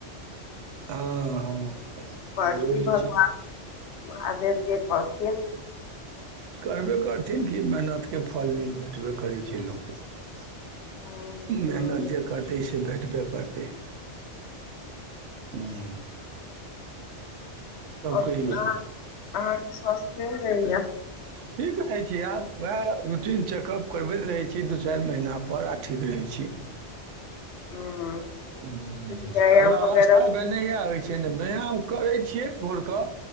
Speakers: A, on the right; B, on the left.
A: हँ हँ हँ,
B: करथिन
A: जरूरी
B: भगवान
A: छै
B: महादेव जे करथिन
A: करबे करथिन की मेहनत के फल निक भेटबे करय छै लोक के
B: हूं
A: मेहनत जे करतइ से भेटबे करतै हूँ
B: आओर
A: कहिऔ
B: आहा आहा के स्वस्थ केहन रहै य
A: ठीक रहैत छी आब वैह रूटीन चेकअप करबैत रहै छी दू चारि महीना पर आ ठीक रहैत छी छी
B: हूं
A: हूँ
B: किछु व्यायाम
A: आब अवस्था
B: वगैरह
A: भेने यैह होय छै छै ने व्यायाम करै छियै भोर क